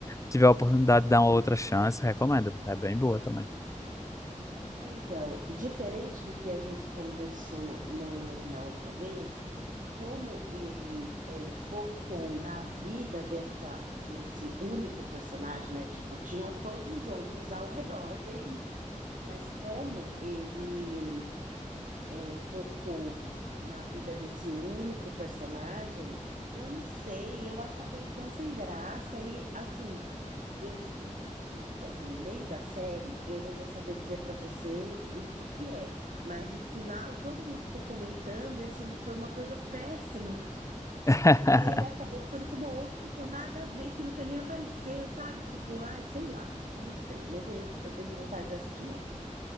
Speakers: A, on the left (about 25°); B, on the right (about 75°).
A: tiver a oportunidade de dar uma outra chance, recomendo. É bem boa também.
B: É, então, diferente do que a gente conversou, né, na outra vez, como ele é, focou na vida dessa, desse único personagem, né? Tipo, tinha todos os outros ao redor dele, mas como ele é, focou na vida desse único personagem, eu não sei, eu achava ele tão sem graça e assim eu, o- assim, o meio da série, eu não vou saber dizer pra você o que que é, mas o final todo mundo ficou comentando e assim, foi uma coisa péssima, <laughs>
A: <laughs>
B: que ele acabou ficando com uma outra pessoa nada a ver, que nunca nem apareceu, sabe? Tipo, ai, sei lá, não sei, não tenho, eu tenho vontade de assistir, não.